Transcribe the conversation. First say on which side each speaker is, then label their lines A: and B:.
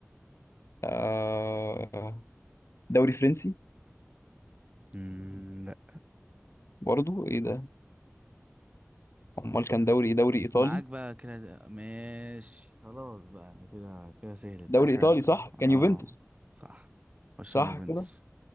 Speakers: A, on the left (about 60°); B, on the right (about 25°).
A: آه دوري فرنسي
B: مم، لا
A: برضو ايه ده امال كان دوري ايه دوري ايطالي
B: معاك بقى كده ده- ماشي خلاص بقى يعني كده كده سهلت
A: دوري
B: اسهل
A: ايطالي
B: ده.
A: صح كان
B: اه
A: يوفنتوس
B: صح برشلونة
A: صح
B: يوفنتوس
A: كده